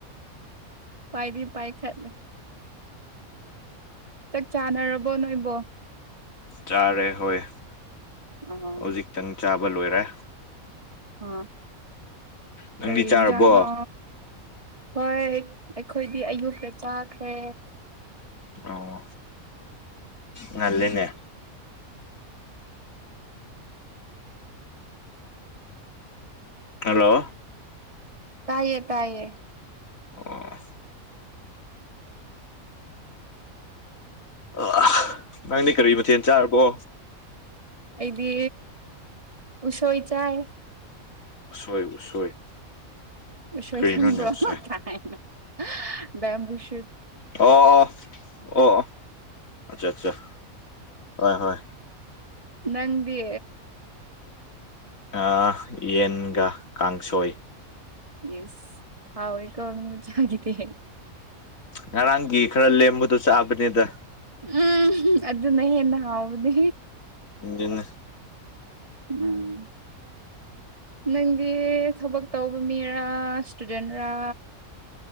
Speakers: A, on the right (about 25°); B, on the left (about 65°).
A: ꯄꯥꯏꯗꯤ ꯄꯥꯏꯈꯠꯂꯦ꯫ ꯆꯛ ꯆꯥꯅꯔꯕꯣ ꯅꯣꯏꯕꯣ꯫
B: ꯆꯥꯔꯦ ꯍꯣꯏ
A: ꯑ ꯑꯥ
B: ꯍꯧꯖꯤꯛꯇꯪ ꯆꯥꯕ ꯂꯣꯏꯔꯦ꯫
A: ꯑ
B: ꯅꯪꯗꯤ
A: ꯀꯔꯤ
B: ꯆꯥꯔꯕꯣ
A: ꯏꯟꯖꯥꯡꯅꯣ꯫ ꯍꯣꯏ ꯑꯩꯈꯣꯏꯗꯤ ꯑꯌꯨꯛꯇ ꯆꯥꯈ꯭ꯔꯦ꯫
B: ꯑꯣ ꯉꯜꯂꯦꯅꯦ꯫ ꯍꯜꯂꯣ꯫
A: ꯇꯥꯏꯌꯦ ꯇꯥꯏꯌꯦ꯫
B: ꯑꯣ꯫ <unintelligible> ꯅꯪꯗꯤ ꯀꯔꯤ ꯃꯊꯦꯟ ꯆꯥꯔꯕꯣ꯫
A: ꯑꯩꯗꯤ ꯎꯁꯣꯏ ꯆꯥꯏ꯫
B: ꯎꯁꯣꯏ ꯎꯁꯣꯏ꯫
A: ꯎꯁꯣꯏ
B: ꯀꯔꯤꯅꯣꯅꯦ
A: ꯈꯪꯕ꯭ꯔꯣ
B: ꯎꯁꯣꯏ
A: ꯀꯥꯏꯅ ꯕꯦꯝꯕꯨ ꯁꯨꯠ꯫
B: ꯑꯣ ꯑꯣ ꯑꯣ ꯑꯣ ꯑꯠꯆꯥ ꯆꯥ ꯍꯣꯏ ꯍꯣꯏ꯫
A: ꯅꯪꯗꯤ꯫
B: ꯑꯥꯥ ꯌꯦꯟꯒ ꯀꯥꯡꯁꯣꯏ꯫
A: ꯌꯦꯁ ꯍꯥꯎꯋꯤꯀꯣ ꯃꯤꯆꯥꯒꯤꯗꯤ
B: ꯉꯔꯥꯡꯒꯤ ꯈꯔ ꯂꯦꯝꯕꯗꯣ ꯆꯥꯕꯅꯤꯗ
A: ꯎꯝ ꯑꯗꯨ ꯅ ꯍꯦꯟꯅ ꯍꯥꯎꯕꯅꯤ
B: ꯑꯗꯨꯅꯦ
A: ꯎꯝ ꯅꯪꯗꯤ ꯊꯕꯛ ꯇꯧꯕ ꯃꯤꯔꯥ ꯁ꯭ꯇꯨꯗꯦꯟꯔꯥ